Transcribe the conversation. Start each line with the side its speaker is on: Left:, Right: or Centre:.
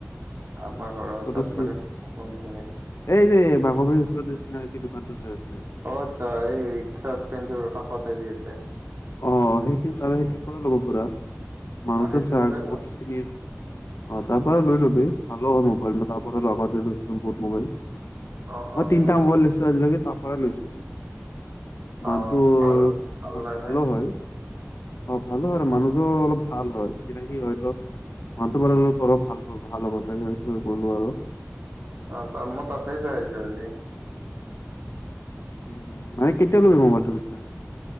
Right: আমাৰ ঘৰৰ
Left: তহঁতৰ
Right: ওচৰত
Left: চিচ
Right: মানে, কোনখিনিত?
Left: এই যে বাঘৰবাৰীৰ ওচৰত যে চিনাকি দোকান টো যে আছে।
Right: অ', আচ্ছা এই ৰিক্সা ষ্টেণ্ড ৰ কাষতেই যে আছে।
Left: অ', সেইখিনি আৰু সেইটোৰ <unintelligible> ল'ব পৰা, মানুহ
Right: অ সেইটোতে
Left: টো চা বহুত
Right: যাম
Left: চিনি অ', তাৰ পৰা লৈ ল'বি ভালো হ'ব পাৰে, মই তাৰ পৰা লওঁ আগতে লৈছিলো বহুত মোবাইল।
Right: অ
Left: মই
Right: অ
Left: তিনিটা
Right: তাৰপৰা
Left: মোবাইল লৈছোঁ আজিলৈকে, তাৰ পৰাই লৈছোঁ।
Right: অ
Left: মানুহটো
Right: ভাল ভাল
Left: <unintelligible>
Right: লাইনে
Left: ভালো হয়। অ', ভালো হয়, মানুহযোৰ অলপ ভাল হয়, চিনাকি হয়তো মানুটো <unintelligible> ভাল, ভাল হ'ব চাগে সেইটোকাৰণে গ'লো আৰু।
Right: অ', অ', মই তাতে চাই আহিছোঁ আজি।
Left: উম, মানে কেতিয়া ল'বি মোবাইলটো পিছে?